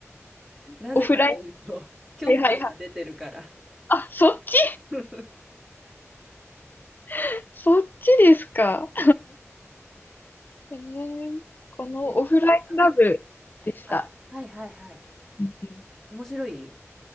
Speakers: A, in the centre; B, on the left (about 40°).
A: <laughs> なぜかというと、
B: オフライン。
A: キョンキョンが出てるから。
B: はいはいはい。あ、そっち
A: <laughs>
B: <laughs> そっちですか。へえ。このオフラインラブでした。
A: え、どうだっあ、はいはいはい。
B: うんうん
A: 面白い